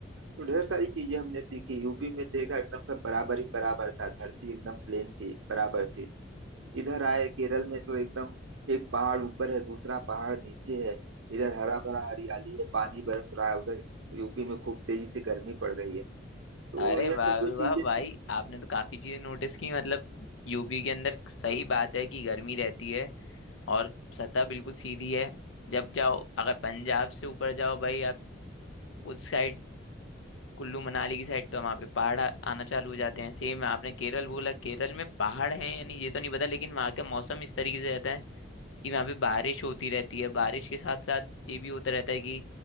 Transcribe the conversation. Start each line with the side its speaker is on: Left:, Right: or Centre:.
Right: तो ढेर सारी चीजें हमने सीखी यूपी में देखा एकदम सब बराबर ही बराबर था धरती एकदम प्लेन थी बराबर थी इधर आए केरल में तो एकदम एक पहाड़ ऊपर है दूसरा पहाड़ नीचे है इधर हरा भरा हरियाली है पानी बरस रहा है उधर यूपी में खूब तेजी से गर्मी पड़ रही है तो
Left: अरे
Right: यह
Left: वाह
Right: सब
Left: वाह
Right: जो
Left: वाह
Right: चीजें
Left: भाई
Right: थी
Left: आपने तो काफी चीजें नोटिस की मतलब यूपी के अंदर सही बात है कि गर्मी रहती है और सतह बिल्कुल सीधी है जब जाओ अगर पंजाब से ऊपर जाओ भाई आप उस साइड कुल्लू मनाली की साइड तो वहाँ पे पहाड़ आ- आना चालू हो जाते हैं सेम आपने केरल बोला केरल में पहाड़ हैं यानी ये तो नहीं पता लेकिन वहाँ का मौसम इस तरीके से रहता है कि वहाँ पे बारिश होती रहती है बारिश के साथ साथ ये भी होता रहता है कि